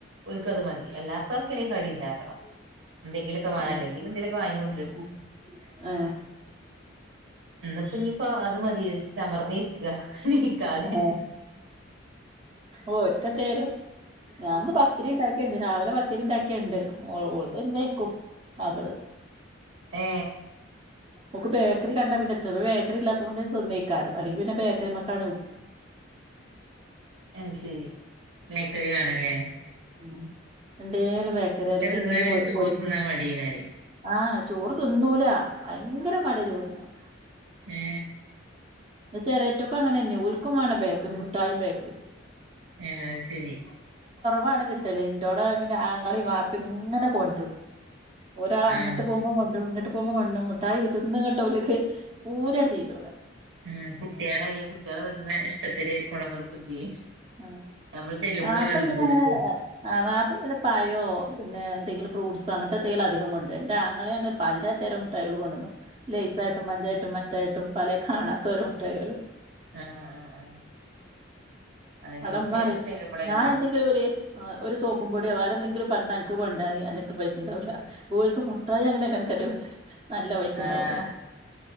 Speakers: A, on the right (about 60°); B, on the right (about 25°).
A: ഓൽക്കത് മതി എല്ലാത്ത എനിക്ക് കടി ഇണ്ടാക്കണം എന്തെങ്കി ക്കെവാണം
B: ഏഹ്
A: അല്ലെങ്കിൽ എന്തെലൊക്കെ വാങ്ങികൊണ്ടരും
B: ഏഹ് ഏഹ്
A: ഇന്ന്പ്പംഞ്ഞ് പ്പം അത് മതിയെച്ച്ട്ട് അമർന്നിരിക്ക ക്ക നീക്കാതെ
B: ഏഹ് ഓൽക്കെത്തേലും ഞാൻന്ന് പത്തിരി ഇണ്ടാക്കിയ്ണ്ട് രാവിലെ പ ത്തിരിണ്ടാക്കിയെണ്ട് ഓൾ ഓള്തിന്നെയ്ക്കും മകള്
A: ഏ
B: ഓൾക്ക് ബേക്കറി കണ്ടാപിന്നെത്ത് ബേക്കറി ഇല്ലാതോണ്ട് തിന്നെയ്ക്കാരം അല്ലെങ്കി പിന്നെ ബേക്കറിമ്മ ക്കാണ്
A: ഏ ശെരി ബേക്കറി വേണല്ലേ
B: ഉം എന്തേലും ബേക്കറി അല്ലെങ്കിൽ എന്തേലും
A: തിന്നാ പിന്നെ
B: പൊ
A: ചോറ്
B: പൊരിക്ക
A: തിന്നാൻ മടിയേക്കാരം
B: ആ ചോറ് തിന്നൂല ഭയങ്കര മടിയാ ചോറ്ന്നാൻ
A: ഏ
B: ചിരേറ്റൊക്കെ അങ്ങനെ തന്നെ ഉൽക്കുമാണ് ബേക്കറി മുട്ടായിയും ബേക്കറി
A: ഏ അത്ശെരി
B: വാണ് കിട്ടല് എൻ്റോടെ പിന്നെ ആങ്ങളിം വാപ്പിം ഇങ്ങനെ കൊണ്ട് വരും ഒരാൾ അങ്ങട്ട്
A: ആഹ്
B: പോകുമ്പളുംകൊണ്ടരും പോകുമ്പോ കൊണ്ടരും മുട്ടായി തിന്ന്ങ്ങട്ട് ഓല്ക്ക് പൂതിങ്ങട്ട് തീരൂല
A: ഉം കുട്ടിയാള് കുട്ടിയാള് വന്നെ ഇഷ്ടത്തില് കൊണ്ടൊന്നൊട്ക്കും ചെയ്യും
B: ആ
A: നമ്മള് ചെല്ലുമ്പോഴല്ലേ
B: വാപ്പ
A: ഉള്ളൂ
B: പിന്നെ അങ്ങനെ
A: ഓൽക്ക്
B: അ് ആ വാപ്പ പിന്നെ പയോം പിന്നെ എന്തെങ്കിലും ഫ്രൂട്സോ അങ്ങനത്തെന്തേലും അധികം കൊണ്ടര എന്റെ ആങ്ങളേണ് പലതരം മുട്ടായികൾ കൊണ്ടന്നൊട്ക്ക <unintelligible> പൈസായിട്ടും മഞ്ചായിട്ടും മറ്റായിട്ടും പലെ കാണാത്ത ഒരോ മുട്ടായികള്
A: ആഹ് ആഹ് ആഹ് അതന്നെ
B: അവ്ടെ
A: ഓൽക്ക്
B: ഉമ്മ പറയും
A: നമ്മള് ചെല്ലുമ്പോഴല്ലേ
B: ഞാൻ
A: ഉള്ളൂ
B: എന്തെങ്കിലും ഒരു അ് ഒരു സോപ്പും പൊടിയോ വേറെ എന്തെങ്കിലും പറഞ്ഞാ അന്ക്ക് കൊണ്ടരാന് അന്റെട്ത്ത് പൈസ ഉണ്ടാവൂല ഓൽക്ക് മുട്ടായി വാങ്ങണേല് അന്ക്ക് അൻ്റെട്ത്ത് നല്ല പൈസണ്ടാവും
A: ആഹ്